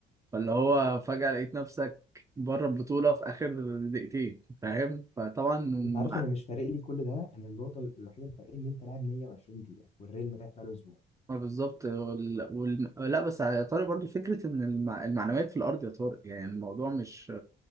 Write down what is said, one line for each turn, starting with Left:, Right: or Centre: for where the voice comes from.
Right: فاللي هو فجأة لقيت نفسك بره البطولة في اخر دقيقتين فاهم فطبعا
Left: انت عارف
Right: مع...
Left: انا مش فارق لي كل ده انا النقطه الوحيده اللي فارقاني ان انت لاعب 120 دقيقه والريال مريح بقاله اسبوع
Right: ما بالظبط وال... وال... لا بس يا طارق برضو فكرة ان الم... المعنويات في الارض يا طارق يعني الموضوع مش